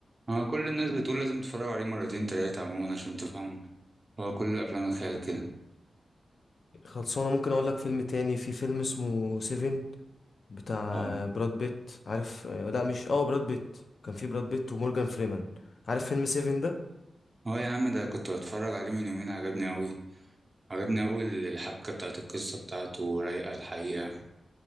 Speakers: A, on the right; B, on the left.
A: اه كل الناس بتقول لازم تتفرج عليه مرتين تلاتة عموما عشان تفهمه هو كل الافلام الخيال كده
B: خلصانة ممكن اقول لك فيلم تاني في فيلم اسمه سيفن بتاع
A: اه
B: براد بيت عارف آه، لا مش اه براد بيت كان في براد بيت ومورجان فريمان عارف فيلم سيفن ده
A: هو يا عم ده كنت بتفرج عليه من يومين عجبني قوي عجبني قوي الحبكة بتاعت القصة بتاعته رايقة الحقيقة